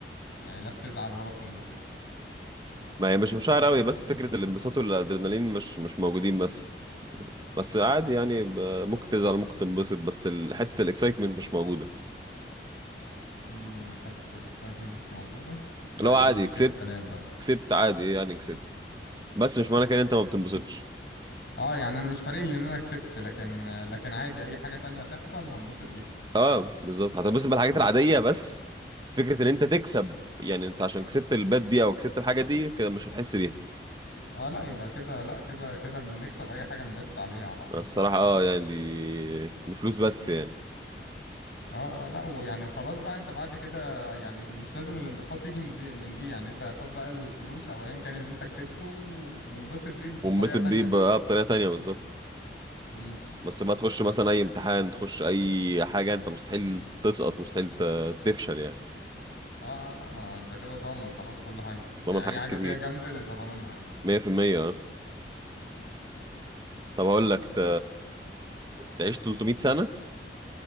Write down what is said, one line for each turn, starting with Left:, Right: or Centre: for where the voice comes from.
Left: يعني لا بتزعل ولا بتنبسط
Right: ما هي مش مشاعر قوي بس فكره الانبساط والادرينالين مش مش موجودين بس بس عادي يعني ب- ممكن تزعل ممكن تنبسط بس ال- حته الاكسايتمنت مش موجوده
Left: امم حتة الاكسايتمنت مش موجودة لا
Right: لو
Left: دي
Right: عادي
Left: فيها
Right: كسبت
Left: كلام بقى
Right: كسبت عادي ايه يعني كسبت بس مش معنى كده إن انت ما بتنبسطش
Left: اه يعني انا مش فارق لي ان انا كسبت لكن آه، لكن عادي اي حاجة تانية تحصل هنبسط بيها
Right: اه بالظبط هتنبسط بالحاجات العاديه بس فكره ان انت تكسب يعني انت عشان كسبت البات دي او كسبت الحاجه دي كده مش هتحس بيها
Left: اه لا يبقى كده لا كده كده بنكسب اي حاجه نبت عليها على طول
Right: الصراحه اه يعني دي دي فلوس بس يعني
Left: اه اه لا ويعني وخلاص بقى انت بعد كده يعني مش لازم الانبساط يجي من دي من دي يعني انت خد بقى الفلوس او ايا كان اللي انت كسبته وانبسط بيه بطريقه
Right: وانبسط
Left: تانية
Right: بيه بقى
Left: بقى
Right: بطريقه تانيه بالظبط
Left: امم
Right: بس ما تخش مثلا اي امتحان تخش اي حاجه انت مستحيل تسقط مستحيل ت- تفشل يعني
Left: اه آه، لا ما انت كده ضامن خلاص كل حاجه يعني
Right: ضمن حاجات
Left: اي حاجه
Right: كتير
Left: فيها جامبل انت ضامنها
Right: 100% اه طب هقول لك ت... تعيش 300 سنه